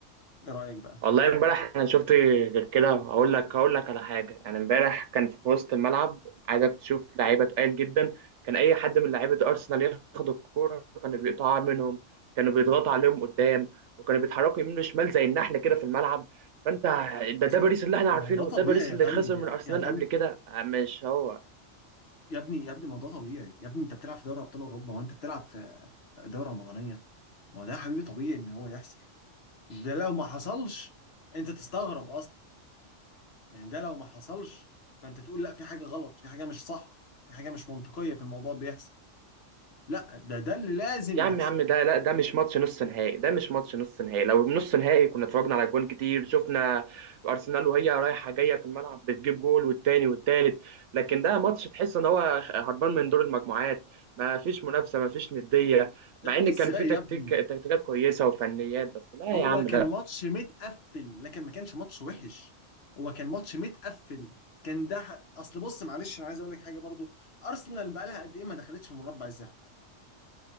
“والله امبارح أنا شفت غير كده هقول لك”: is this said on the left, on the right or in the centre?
Right